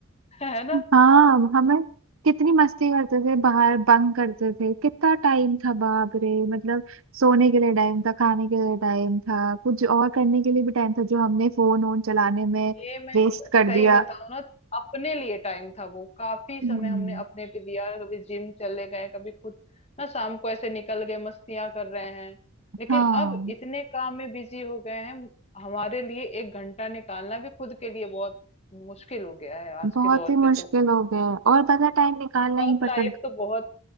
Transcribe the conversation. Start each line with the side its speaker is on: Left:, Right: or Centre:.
Left: <laughs> है ना
Right: हाँ हमें कितनी मस्ती करते थे बाहर बंक करते थे कितना टाइम था बाप रे मतलब सोने के लिए टाइम था खाने के लिए टाइम था कुछ और करने के लिए भी टाइम था जो हमने फोन वोन चलाने में
Left: ये मैं
Right: वेस्ट
Left: स-
Right: कर
Left: सही
Right: दिया
Left: बताऊं ना तो अपने लिए टाइम था वो काफी समय
Right: हम्म
Left: हमने अपने पे दिया कभी जिम चले गए कभी खुद ना शाम को ऐसे निकल गए मस्तियां कर रहे हैं लेकिन
Right: हाँ
Left: अब इतने काम में बिजी हो गए हैं हमारे लिए एक घंटा निकालना भी खुद के लिए बहुत मुश्किल हो गया है आज
Right: बहुत
Left: के दौर
Right: ही मुश्किल
Left: पे तो
Right: हो गया और पता टाइम निकालना
Left: वर्क
Right: ही पड़ता
Left: लाइफ तो बहुत